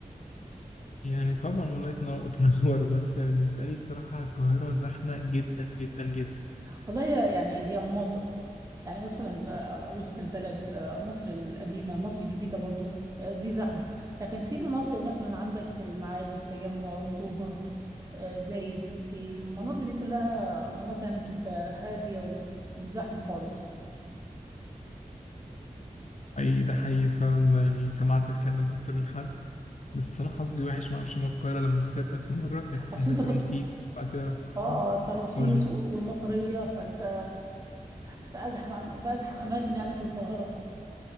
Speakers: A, on the left; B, on the right.
A: يعني طبعا والله تنور تنور بس بالنسبه لي بصراحه القاهره زحمه جدا جدا جدا
B: والله هي- يعني هي مناطق يعني مثلا آه، وسط البلد آه، مصر القديمة مصر الجديدة برضو آه، دي زحمة لكن في مناطق مثلا عندك المعادي التجمع أكتوبر آه، زايد المناطق دي كلها مناطق يعني بتبقى هادية ومش زحمة خالص
A: اي ده حقيقي فعلا يعني سمعت الكلام ده من اكتر من حد بس انا حظي وحش ما اعرفش من القاهره لما سافرت اخر مره كانت
B: أصل
A: نزلت
B: أنت كنت
A: رمسيس وبعد كده
B: آه
A: آه،
B: آه، أنت رمسيس
A: قول لي
B: والمطرية فأنت في أزحم في أزحم أماكن يعني في القاهرة